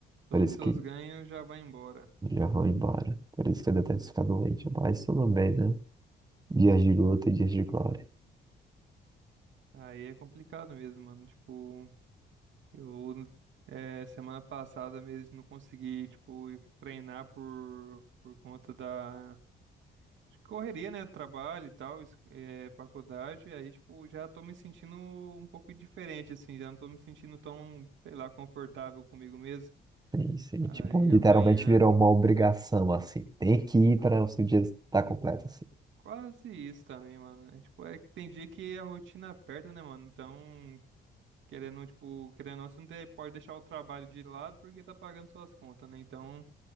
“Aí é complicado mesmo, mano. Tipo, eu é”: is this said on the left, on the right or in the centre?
Right